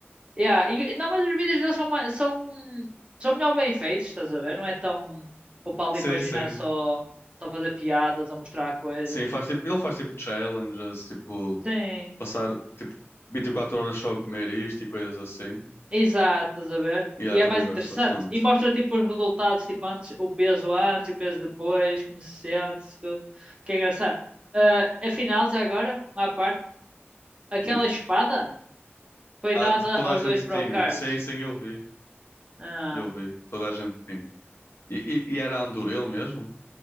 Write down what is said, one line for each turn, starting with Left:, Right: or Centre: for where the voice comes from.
Right: Yeah, e- não, mas os vídeos deles são, ma- são, são melhor bem feitos, estás a ver? Não é tão. Vou para ali
Left: Sim,
Right: para o ginásio
Left: sim.
Right: só, só fazer piadas ou mostrar coisas.
Left: Sim, faz tipo, ele faz tipo challenges, tipo,
Right: Sim,
Left: passar tipo 24 horas só a comer isto e coisas assim.
Right: Exato, estás a ver?
Left: E yeah,
Right: E é
Left: também
Right: mais
Left: gosto
Right: interessante.
Left: bastante.
Right: E mostra tipo os resultados, tipo antes, o peso antes, o peso depois, como se sente, isso tudo. Que é engraçado. Ah, afinal, já agora, à parte, aquela
Left: Diz.
Right: espada foi
Left: Ah,
Right: dada
Left: t- toda
Right: aos
Left: a gente
Right: dois Procards.
Left: tinha. Sim, sim, eu vi.
Right: Ah,
Left: Eu vi. Toda a gente tinha. E, e, e era Andor ele mesmo?